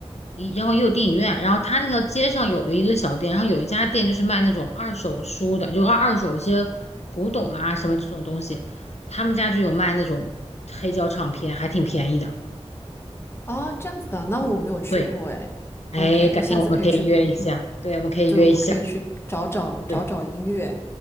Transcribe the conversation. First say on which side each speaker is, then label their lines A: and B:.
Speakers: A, on the left; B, on the left.
A: 一然后也有电影院，然后它那条街上有有一个小店，然后有一家店就是卖那种二手书的，就二二手一些古董啦、什么这种东西，他们家就有卖那种黑胶唱片，还挺便宜的。
B: 啊，这样子的，那我没有去过哎。
A: 对，哎，
B: OK，
A: 改天我们可以约一下，
B: 那下次可以去
A: 对，我们可以约一下，
B: 对，我们可以去找找找找音乐，
A: 对